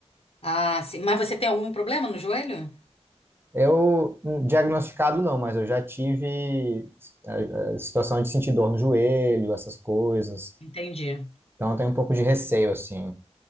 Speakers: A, on the left; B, on the right.
A: Ah, sim. Mas você tem algum problema no joelho?
B: Eu, hum, diagnosticado não, mas eu já tive eh, eh, situação de sentir dor no joelho, essas coisas.
A: Entendi.
B: Então eu tenho um pouco de receio, assim.